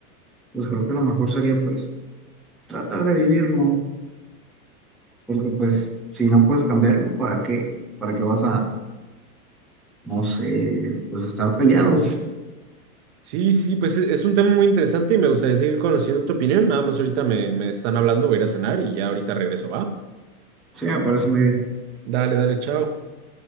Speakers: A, in the centre; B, on the right (about 45°).
A: pues creo que lo mejor sería pues tratar de vivirlo, porque pues si no puedes cambiarlo, ¿para qué? ¿Para qué vas a, no sé, pues estar peleado?
B: Sí, sí, pues e- es un tema muy interesante y me gustaría seguir conociendo tu opinión. Nada más ahorita me, me están hablando, voy a ir a cenar y ya ahorita regreso, ¿va?
A: Sí, me parece muy bien.
B: Dale, dale, chao.